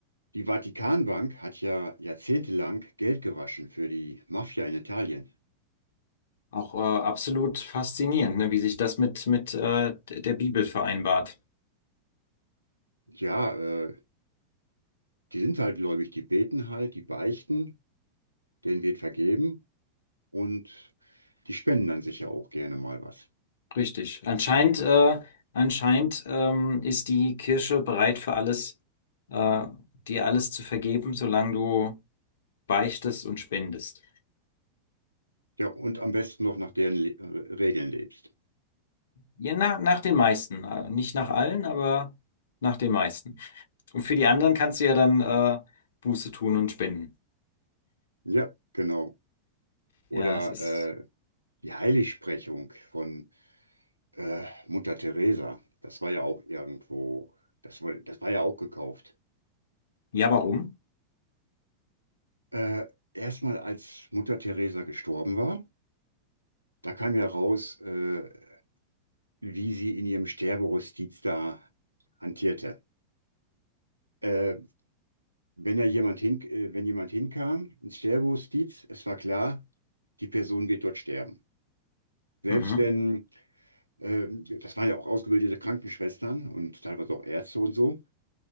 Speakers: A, on the right; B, on the left.
A: die Vatikanbank hat ja jahrzehntelang Geld gewaschen für die Mafia in Italien.
B: Auch äh, absolut faszinierend, ne, wie sich das mit, mit äh, der Bibel vereinbart.
A: Ja, äh, die sind halt gläubig, die beten halt, die beichten, denen wird vergeben und die spenden dann sicher auch gerne mal was.
B: Richtig. Anscheinend, äh, anscheinend ähm, ist die Kirche bereit für alles, äh, dir alles zu vergeben, solange du beichtest und spendest.
A: Ja, und am besten noch nach deren Le äh, Regeln lebst.
B: Ja, na, nach den meisten. Äh, Nicht nach allen, aber nach den meisten. Und für die anderen kannst du ja dann äh, Buße tun und spenden.
A: Ja, genau. Oder
B: Ja, es ist.
A: äh, die Heiligsprechung von äh, Mutter Teresa. Das war ja auch irgendwo, das war, das war ja auch gekauft.
B: Ja, warum?
A: Äh, erstmal als Mutter Teresa gestorben war, da kam ja raus, äh, wie sie in ihrem Sterberustiz da hantierte. Äh, wenn ja jemand hin, äh, wenn jemand hinkam ins Sterberustiz, es war klar, die Person wird dort sterben. Selbst
B: Mhm.
A: wenn, äh, das waren ja auch ausgebildete Krankenschwestern und teilweise auch Ärzte und so.